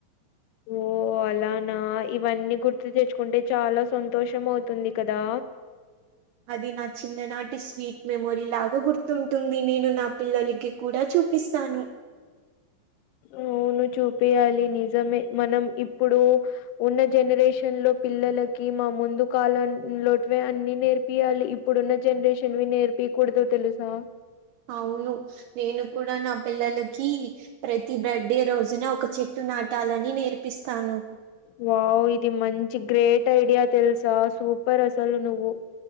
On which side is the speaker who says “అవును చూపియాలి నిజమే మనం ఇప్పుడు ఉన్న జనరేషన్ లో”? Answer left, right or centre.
Left